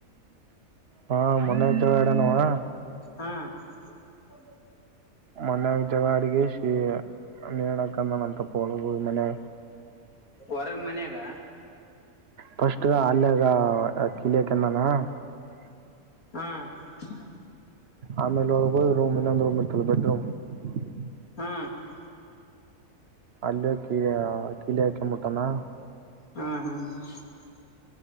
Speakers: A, on the right (about 50°); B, on the left (about 80°).
A: ಹಾ ಮನ್ಯಾಗ ಜಗಳ ಆಡ್ಯಾನ ಅವಾ? <unintelligible>
B: ಹಾ <unintelligible>
A: ಮನ್ಯಾಗ ಜಗಳ ಅಡಿಗಿಸಿ <unintelligible> ನೇಳ ಹಾಕ್ಕೊಂಡನ್ನ ಅಂತಪ್ಪಾ ಅನುಗಳ ಮನ್ಯಾಗ? <unintelligible>
B: ಹೊರಗ್ ಮನ್ಯಾಗ
A: ಫಸ್ಟ್ ಅಲ್ಲೇದಾ ಆ ಕಿಲೀ ಹಕೊಂಡನಾ? <unintelligible>
B: ಹಾ <unintelligible>
A: ಆಮೇಲೆ ಒಳಗ ಒಂದ್ ರೂಮ್ ಇನ್ನೊಂದ ರೂಮ್ ಇತಲ್ಲ ಬೆಡ್ರೂಮ್ <unintelligible>
B: ಹು <unintelligible>
A: ಅಲ್ಲೇ ಕೀಯಾ ಕೀಲಿ ಹಾಕೊಂಬಿಟ್ಟಾನ <unintelligible>
B: ಹಾ ಹ <unintelligible>